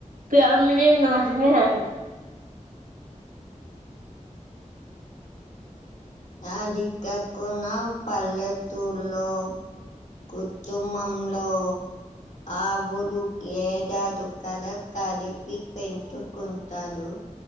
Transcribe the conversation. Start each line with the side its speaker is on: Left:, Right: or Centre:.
Right: ఫ్యామిలీ మాత్రమే ఎల్
Left: అది కాకున్న పల్లెతూరులో, కుతుంబంలో ఆ డు ఏదది కదా కలిపి పెంచుకుంటాడు